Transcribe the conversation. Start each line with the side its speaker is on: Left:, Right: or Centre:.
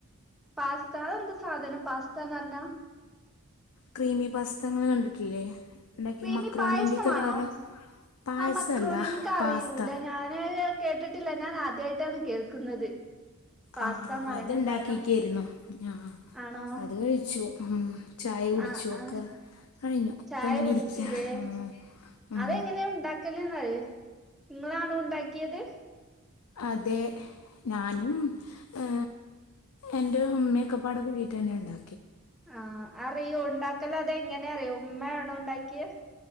Centre: പാസ്ത അത് എന്താ സാധനം പാസ്ത്താന്ന് പറഞ്ഞാ
Left: ക്രീമി പാസ്ത ഇങ്ങള് കണ്ടിട്ടില്ലേ ഇണ്ടാക്കി
Centre: ക്രീമി
Left: മക്രോണിന്റെയൊക്കെ
Centre: പായസവാണോ
Left: വേറെ പായസല്ല
Centre: അ മക്രോണി എനിക്ക് അറിയൂല
Left: പാസ്ത
Centre: ഞാന് കേട്ടിട്ടില്ല ഞാൻ ആദ്യായിട്ടാണ് കേൾക്കുന്നത് പാസ്താന്ന്
Left: ആ
Centre: പറയണ
Left: അത് ഇണ്ടാക്കിക്കായിരുന്നു
Centre: സാധനം
Left: ഞാ
Centre: ആണോ
Left: അത് കഴിച്ചു ചായ കുടിച്ചും
Centre: ആ ആ
Left: ഒക്കെ കഴിഞ്ഞു
Centre: ചായ
Left: ഇപ്പം ഇങ്ങനെ
Centre: കുടിച്ചില്ലേ
Left: ഇരിക്കയാണ് ഉം ഉം
Centre: അതെങ്ങനെയാ ഉണ്ടാക്കല്ന്നറിയോ നിങ്ങളാണോ ഉണ്ടാക്കിയത്
Left: അതെ ഞാനും ഏ എൻ്റെ ഉമ്മേക്കുപ്പാടെ കൂടിയിട്ട ഞാൻ ഉണ്ടാ
Centre: ആ അറിയോ ഉണ്ടാക്കല് അത് എങ്ങനാ അറിയൂ ഉമ്മയാണോ ഉണ്ടാക്കിയെ